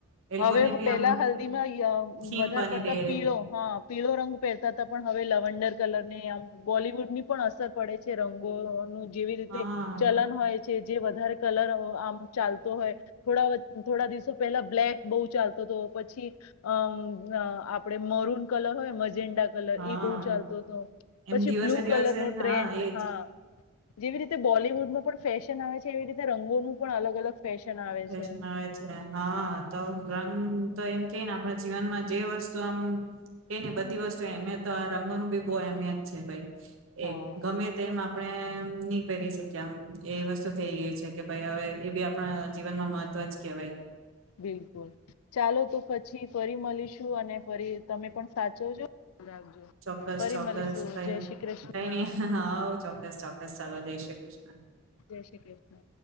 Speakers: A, on the left; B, on the right.
A: હવે
B: લોકોને બી
A: પેલા
B: આમ
A: હલ્દીમાં
B: થીમ
A: વધારે
B: બની
A: પડતા
B: દે
A: પીળો હા પીળો રંગ પહેરતા હતા પણ હવે લવડર. કલર ને આમ બોલીવુડ ની પણ અસર પડે છે રંગોનું. જેવી રીતે
B: હા
A: ચલન હોય. જે-જે વધારે કલર અહ આમ ચાલતો હોય થોડા વ થોડા દિવસો પહેલા બ્લેક બહુ ચાલતો તો, પછી અમ અહ આપડે મરૂન કલર હોય મજ ન્ડા કલર
B: હા
A: ઈ બહુ ચાલતો તો.
B: એમ
A: પછી
B: દિવસે
A: બ્લુ
B: દિવસે
A: કલર નું ટ્રેન્ડ,
B: હા એજ
A: હા. જેવી રીતે બોલિવુડમાં પણ ફેશન આવે છે, એવી રીતે રંગોનું પણ અલગ-અલગ ફેશન આવે
B: ફેશન
A: છે.
B: આવે છે. હા તો. રંગ તો તો એમ કેને આપણા જીવનમાં જે વસ્તુ આમ કે ને બધી વસ્તુ અહેમિયત તો આ રંગો નું બી બહુ અહેમિયત છે ભઈ.
A: હા
B: એમ ગમે તેમ આપ આપણે નહી પહેરી શક્યે આમ, એ વસ્તુ થઈ ગઈ છે કે ભઈ હવે એ બી આપણા જીવનમાં મહત્વ જ કહેવાય.
A: બિલકુલ. ચાલો તો પછી ફરી મલીશું અને ફરી તમે પણ સાચવજો. રાખજો
B: ચોક્કસ-ચોક્કસ
A: ફરી મળીશું
B: કઈ
A: જય શ્રી કૃષ્ણ
B: કઈ નઈ હાવ ચોક્કસ-ચોક્કસ ચાલો જઈ શ્રી કૃષ્ણ.
A: જય શ્રી કૃષ્ણ